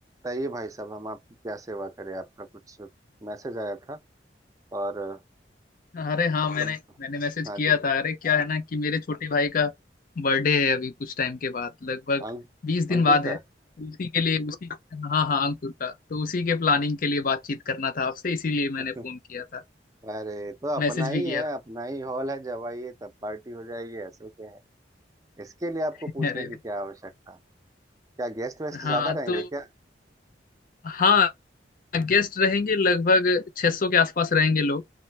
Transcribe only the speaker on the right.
बताइए भाई साहब हम आपकी क्या सेवा करें आपका कुछ मैसेज आया था और अ,
मतलब
हाँ
जी
अंक
अंकुर
का
अच्छा
अच्छा।
<laughs> अरे तो अपना
ही
है अपना ही हॉल है जब आइए तब पार्टी हो जाएगी ऐसे क्या है इसके लिए आपको
पूछने
की क्या आवश्यकता है क्या गेस्ट वेस्ट
ज्यादा रहेंगे
क्या